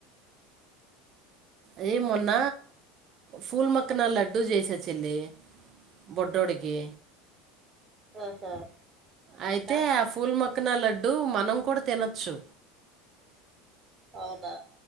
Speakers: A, on the right; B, on the right.
A: అ మొన్న ఫూల్ మక్కన లడ్డు జేస చెల్లి బొడ్డొడి కి
B: ఆహా
A: అయితే
B: ఇంకా
A: ఆ పూల్ మక్కన లడ్డుూ మనం కూడా తినొచ్చు
B: అవున